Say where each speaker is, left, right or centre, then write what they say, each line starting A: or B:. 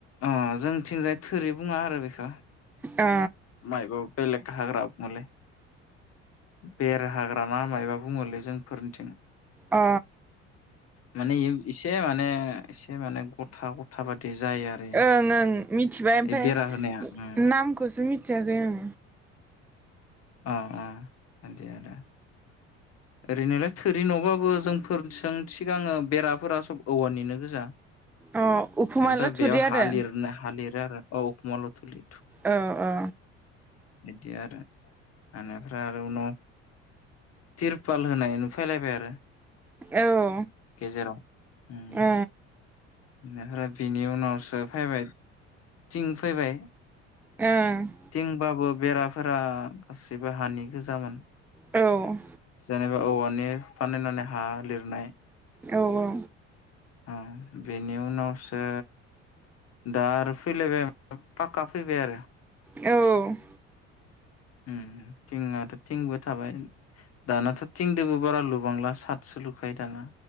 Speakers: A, on the left; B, in the centre.
A: अ जोंथिंजाय थोरि बुङा आरो बेखौ
B: अ।
A: मायबा बेलेग हाग्रा मोनलै बेर हाग्रा ना मायबा बुङोलै जोंफोरनिथिं
B: अ।
A: माने इयो इसे माने एसे माने गथा गथा बायदि जायो आरो
B: ओं मिथिबाय ओमफ्राय
A: बे बेरा होनाया ओ
B: नामखौसो मिथियाखै ओं
A: अ आ दे आरो ओरैनोलाय थोरि न'बाबो जोंफोरजों थिगाङो बेराफोरा सब औवानिनो गोजा
B: अ उखुमा
A: ओमफ्राय
B: लाथुरि
A: बेयाव
B: आरो
A: हा लिरनो हा लिरो आरो अ उखमा ल'थुलि
B: औ औ
A: बिदि आरो आरो बेनिफ्राय आरो उनाव तिरपाल होनाय फैलायबाय आरो
B: औ
A: गेजेराव ओम
B: <inaudible> ओ
A: बेनिफ्राय बिनि उनावसो फैबाय थिं फैबाय
B: औ
A: थिंबाबो बेराफोरा गासैबो हानि गोजामोन
B: औ
A: जेनेबा औवानि फानायनानै हा लिरनाय
B: औ औ
A: ओ बेनि उनावसो दा आरो फैलायबाय पक्का फैबाय आरो
B: औ
A: ओम थिंआथ थिंबो थाबाय दानाथ थिंजोंबो बारा लुबांला साथ सोलुखायो दाना